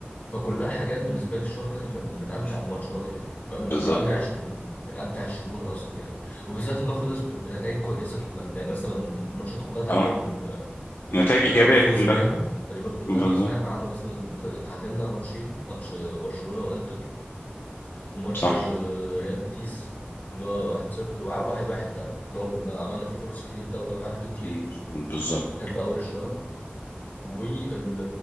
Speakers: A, on the left; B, on the left.
A: فكلها حاجات بالنسبه لي الشهر ده كان من, من امتع الماتشات يعني بقى من من
B: بالظبط
A: اجرع من, من من امتع الشهور قصدي يعني وبالذات انه خلص بنتائج كويسه كلها يعني مثلا الماتشات كلها تقريبا
B: اه نتائج إيجابية
A: آه، فوزناها
B: كلها
A: تقريبا كلها
B: بالظبط
A: فوزناها ما عدا مثلا خ- اتعادلنا ماتشين ماتش آه، برشلونة وانتر وماتش
B: صح
A: آه، ريال بيتيس اللي هو 1-0 وع- 1-1 ده اللي هو كنا عملنا فيه فرص كتير ده وضيعنا فيه كتير
B: مم. مم. بالظبط
A: كان في اول الشوط وال